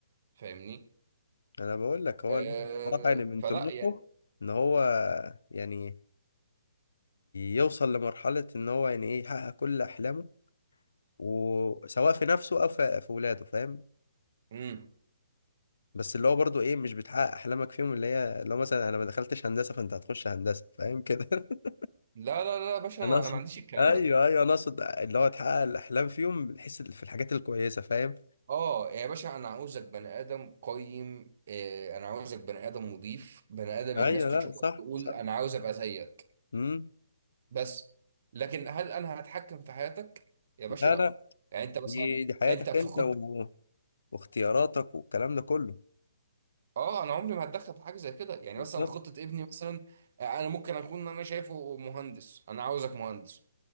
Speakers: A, on the right (about 50°); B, on the left (about 75°).
A: فاهمني
B: انا بقول لك هو
A: آه
B: الواحد بصراحه يعني من
A: فلا
B: طموحه
A: يعني
B: ان هو يعني يوصل لمرحله ان هو يعني ايه يحقق كل احلامه وسواء في نفسه او في في ولاده فاهم
A: مم.
B: بس اللي هو برضو ايه مش بتحقق احلامك فيهم اللي هي لو مثلا انا ما دخلتش هندسه فانت هتخش هندسه فاهم كده <laughs>
A: لا لا لا يا باشا
B: انا
A: انا
B: اقصد
A: أنا ما عنديش الكلام
B: ايوه
A: ده
B: ايوه انا اقصد اللي هو تحقق الاحلام فيهم بحيث في الحاجات الكويسه فاهم
A: اه يا باشا انا عاوزك بني ادم قيم آه انا عاوزك بني ادم مضيف بني ادم
B: ايوه
A: الناس تشوفك
B: لا صح
A: تقول
B: صح
A: انا عاوز ابقى زيك
B: امم
A: بس لكن هل انا هتحكم في حياتك يا باشا
B: لا
A: لا
B: لا
A: يعني انت مثلا
B: دي دي حياتك
A: انت في
B: انت
A: خطة
B: و... واختياراتك والكلام ده كله
A: اه انا عمري ما هتدخل في حاجه زي كده يعني
B: بالظبط
A: مثلا خطه ابني مثلا آه، انا ممكن اكون انا شايفه مهندس انا عاوزك مهندس